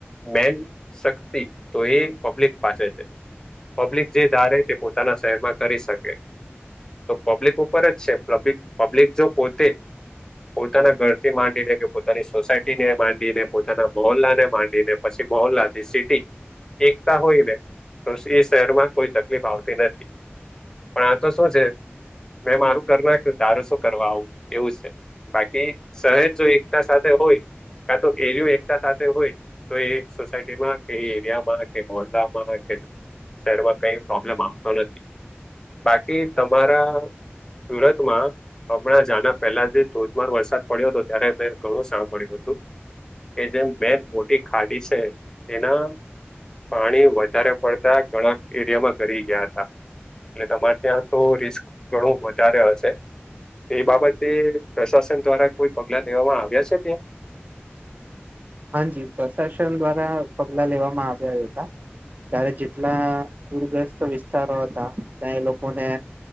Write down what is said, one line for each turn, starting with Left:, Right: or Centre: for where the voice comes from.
Left: મેન શક્તિ તો એ પબ્લિક પાસે છે. પબ્લિક જે ધારે તે પોતાના શહેરમાં કરી શકે તો પબ્લિક ઉપર જ છે, પલિક પબ્લિક જો પોતે પોતાના ઘરથી માંડીને કે પોતાની સોસાયટી ને માંડીને પોતાના મહોલ્લા ને માંડીને પછી મહોલ્લા થી સિટી એકતા હોય બે તો એ શહેરમાં કોઈ તકલીફ આવતી નથી. પણ આ તો શું છે મેં મારું કરી નાખ્યું તારું શું કરવા આવું એવું છે. બાકી સહેજ જો એકતા સાથે હોય કા તો એરિયો એકતા સાથે હોય તો એ સોસાયટીમાં કે એરિયામાં કે મોલામાં કે શહેરમાં કઈ પ્રોબ્લેમ આવતો નથી બાકી તમારા શવરા તમા હમણાં જના પહેલા જે ધોધમાર વરસાદ પડ્યો હતો ત્યારે મે ઘણું સાવ પડ્યું હતુ. કે જેમ બે મોટી ખાડી છે, એના પાણી વધારે પડતા ઘણા એરિયામાં ઘરી ગયા હતા. એટલે તમારે ત્યાં તો રિસ્ક ઘણું વધારે હશે. એ બાબતે પ્રશાસન દ્વારા કોઈ પગલા લેવામાં આવ્યા છે, ત્યાં
Right: હાજી પ્રશાસન દ્વારા પગલા લેવામાં આવ્યા હતા. ત્યારે જેટલા પૂરગ્રસ્ત વિસ્તારો હતા ત્યાં એ લોકોને